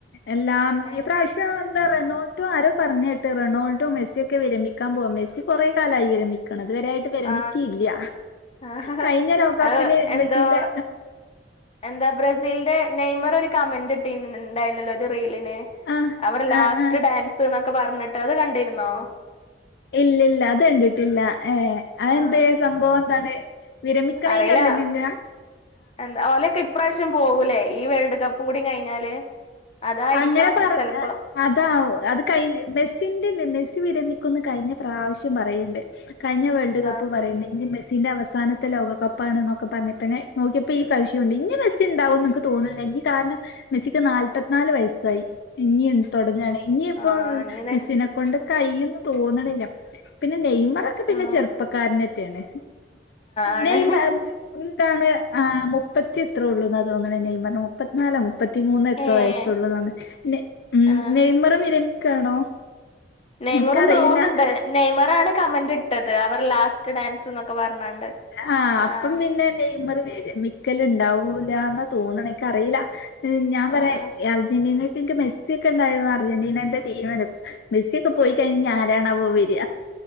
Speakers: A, on the left; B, on the left.
A: എല്ലാം
B: ഏ
A: ഈ പ്രാവശ്യോ എന്താ റെണോൾഡോ ആരോ പറഞ്ഞ കേട്ട് റൊണോൾഡോ മെസ്സി ഒക്കെ വിരമിക്കാൻ പോവാ മെസ്സി കുറെ കാലായി വിരമിക്കണത് ഇതുവരെയായിട്ട് വിരമീച്ചീല്ല
B: ആ ആ
A: കഴിഞ്ഞ ലോകകപ്പില്
B: അത് എന്തോ
A: മെസ്സിൻ്റെ
B: എന്താ ബ്രസീലിന്റെ നെയ്മർ ഒരു കമന്റ് ഇട്ടിന്ന്ന്ന്ണ്ടായിര്ന്നല്ലോ റീലിന്
A: ആഹ്
B: അവർ ലാസ്റ്റ്
A: ആഹ് ആഹ്
B: ഡാൻസ് എന്നൊക്കെ പറഞ്ഞിട്ട് അത് കണ്ടിരുന്നോ
A: ഇല്ലല്ല അത് കണ്ടിട്ടില്ല ഏഹ് അതെന്തേ
B: ആഹ്
A: സംഭവം എന്താണ് വിരമിക്കണയിന്റെ
B: അറിയില്ല
A: അന്നെന്നെന്നയാ
B: എന്താ ഓലൊക്കെ ഇപ്രാവശ്യം പോവൂലേ ഈ വേൾഡ് കപ്പും കൂടി കഴിഞ്ഞാല് അതായിരിക്കാം
A: അങ്ങനെ പറഞ്ഞ
B: ചെലപ്പോ
A: അതാവും അത് കഴിഞ്ഞ് മെസ്സിന്റെല്ലേ മെസ് സ്സി വിരമിക്കുന്ന് കഴിഞ്ഞ പ്രാവശ്യം പറയ്ണ്ട് കഴിഞ്ഞ വേൾഡ് കപ്പ്
B: ആഹ്
A: പറയ്ണ്ട് ഇഞ്ഞ് മെസ് സ്സിന്റെ അവസാനത്തെ ലോകകപ്പാണ്ന്നൊക്കെ പറഞ്ഞ്പ്പനെ നോക്ക്യപ്പോ ഈ പ്രവശ്യുണ്ട് ഇഞ്ഞ് മെസ്സിണ്ടാവും ൻക്ക് തോന്ന്ൺല്ല ഈ കാരണം മെസ്സിക്ക് നാല് പ്പ നാല് വയസ്സായി ഇഞ്ഞി തൊടങ്ങാണ് ഇഞ്ഞിപ്പോ
B: ആഹ് അങ്ങനെ
A: മെസ്സിനെ കൊണ്ട് കയ്യുന്ന് തോന്ന്ണ്ല്ല പിന്നെ നെയ്മറൊക്കെ പിന്നെ
B: ആഹ്
A: ചെർപ്പക്കാരനെറ്റെണ്
B: ആണ്
A: നെയ്മ ന്താണ് ആ മുപ്പത്തി എത്രോള്ളൂന്നാ തോന്ന്ണെ നെയ്മർന് മുപ്പത്ത്നാലാേ മുപ്പത്തിമൂന്നോ എത്രോ
B: ഏഹ്
A: വയസ് സൊള്ളുന്നാതോണ് നെ ഉം
B: ആഹ്
A: നെയ്മറും വിരമിക്കാണോ
B: നെയ്മറും
A: എനക്കറിയില്ല
B: തോന്ന്ണ്ട് നെയ്മറാണ് കമന്റ് ഇട്ടത് അവർ ലാസ്റ്റ് ഡാൻസ്ന്നൊക്കെ പറഞ്ഞാണ്ട്
A: ആ അപ്പം
B: ആഹ്
A: പിന്നെ നെയ് മറ് വിരമിക്കല്ണ്ടാവൂലാന്ന് തോന്ന്ണ് ൻക്കറീല ഞാൻ പറയാ
B: ആഹ്
A: അർജന്റീനക്ക് ൻക്ക് മെസ്സ്യാെക്കെണ്ടായ അർജന്റീനന്റെ ടീമാണ് മെസ്സി ഇപ്പ പോയി കഴിഞ്ഞ് ആരാണാവോ വര